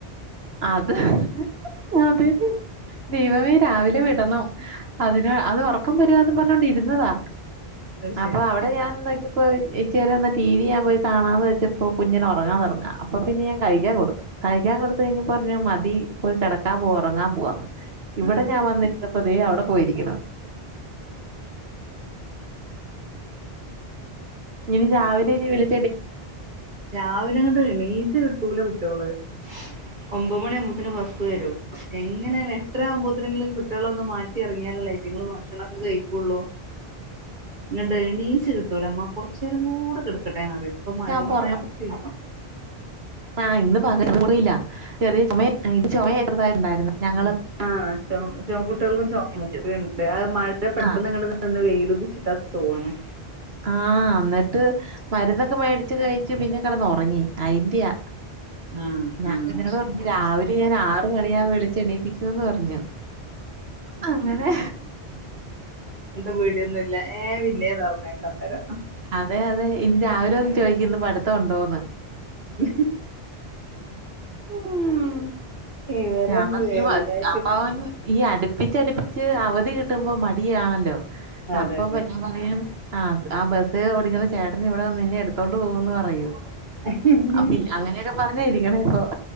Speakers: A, on the right (about 70°); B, on the right (about 50°).
A: അത് അതെന്നു. ദൈവമേ രാവിലെ വിടണം. അതിന് അത് ഉറക്കം വരുകാന്നു പറഞ്ഞോണ്ട് ഇരുന്നതാ.
B: അത്
A: അപ്പൊ
B: ശരി
A: അവിടെ ഞാൻ നോക്കിയപ്പോൾ ഇപ്പോൾ ഇച്ചിരിനേരം എന്നൽ ടിവി ഞാൻ പോയിണമന്ന് വെച്ചപ്പോൾ കുഞ്ഞിന് ഉറങ്ങാൻതുടങ്ങാ അപ്പോൾ പിന്നെ ഞാൻ കഴിക്കാൻ കൊടുതു. കഴിക്കാൻ കൊടുത്തുകഴിഞ്ഞപ്പോൾ പറഞ്ഞു മതി പോയി കിടക്കാൻ പോക ഉറങ്ങാൻ പോവാന്ന്. ഇവിടെ
B: ആഹ്
A: ഞാൻ വന്നിരുന്നപ്പ ദേ അവിടെ പോയിരിക്കണു ഇന്ന് രാവിലെ ഇനി വിളി
B: രാവിലെ അങ്ങട്ട് എണീച്ച് കിട്ടുല കുട്ടികളെ ഒമ്പത് മണി ആവുമ്പോത്തിന് ബസ് വരും. എങ്ങനെ എട്ടര ആകുമ്പോത്തിനെങ്കിലും കുട്ടികളൊന്ന് മാറ്റ കുത്തി ഇറങ്ങിയാലല്ലേ ഇവറ്റകൾ ഭക്ഷണം ഒക്കെ കഴിക്കുള്ളൂ.
A: ആ
B: അങ്ങട് എണീച്ച് കിട്ടൂല്ലാ. അമ്മ കുറച്ചു നേരം കൂടെ കിടക്കട്ടെന്ന്പറയും. ഇപ്പം
A: ഉച്ചയാകുമ്പോ
B: മഴ കൂടി
A: ആഹ് ഇന്ന് പക കൂടല്ല ചെറിയ ചുമ ഇത് ചുമ എതാരുണ്ടായിരുന്ന ഞങ്ങള്
B: ആഹ ച ചുമ കുട്ടികൾക്കും ചുമകെയുണ്ട്.
A: മേടിച്ചു.
B: ആ മഴ പെട്ടെന്ന്
A: ആഹ്
B: അന്ന് വെയിയിലുദിച്ചിട്ടാ തോന്നേ
A: ആഹ് അന്നിട്ട് മരുന്നൊക്കെ മേടിച്ച് കഴിച്ചു. പിന്നെ കിടന്ന് ഉറങ്ങി അതിന്റെയാ.
B: ആഹ്
A: ഞാൻ
B: ആഹ്
A: കുഞ്ഞിനോട്
B: ശരി
A: പറഞ്ഞു രാവിലെ ഞാൻ ആറു മണിയാകുമ്പോൾ ഞാൻ വിളിച്ചു എണീപ്പിക്കൂന്ന് പറഞ്ഞു. അങ്ങനെ
B: പേടിയൊന്നും ഇല്ല ഏഹ് പിന്നേ നിറഞ്ഞേക്കാം തരം
A: അതെ അതെ ഇന്ന് രാവിലെ വന്ന് ചോദിക്കുന്നു പഠിത്തം ഉണ്ടോന്ന്.
B: ഉ
A: ഉം
B: ഇവരൊന്നും
A: ഞാൻ പറഞ്ഞു
B: വേണ്ടായിട്ടൊന്നും
A: അപ്പ അവൻ ഈ അടുപ്പിച്ചടുപ്പിച്ച് അവധി കിട്ടുമ്പോ മടിയാണല്ലോ
B: അതെ
A: അപ്പൊ
B: അതെ
A: ഞാൻ ആഹ് ആ ബസ്സ് ഓടിക്കുന്ന ചേട്ടന് ഇവിടെ നിന്നെ എടുത്തോണ്ട് പോകൂന്ന് പറയും.
B: ഉ
A: പിന്നെ അങ്ങനെയൊക്കെ പറഞ്ഞാ ഇരിക്കണെ ഇപ്പൊ